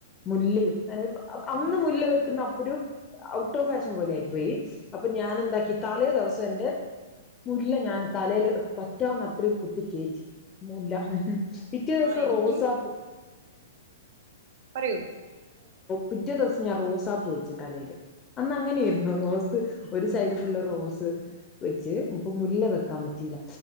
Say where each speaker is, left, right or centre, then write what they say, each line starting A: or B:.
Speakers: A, on the left (about 25°); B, on the right (about 55°).
A: മുല്ലയും അങ്ങനെ അന്ന് മുല്ല വെക്കുന്ന അപ്പൊരു ഔട്ട് ഓഫ് ഫാഷൻ പോലെ ആയി പോയി അപ്പൊ ഞാൻ എന്താക്കി തലേ ദിവസം എന്റെ മുല്ല ഞാൻ തലേല് പറ്റാവുന്ന അത്രേം കുത്തികേറ്റി മുല്ല പിറ്റേ ദിവസം
B: ആ എനിക്ക്
A: റോസാപ്പു
B: പറയു
A: പിറ്റേ ദിവസം ഞാൻ റോസാപ്പുവെച്ചു തലേല് അന്ന് അങ്ങനെയാരുന്നൊ റോസ് ഒരു സൈഡ് ഫുള്ള് റോസ് വെച്ച് ഇപ്പൊ മുല്ല വെക്കാൻപറ്റി യില്ല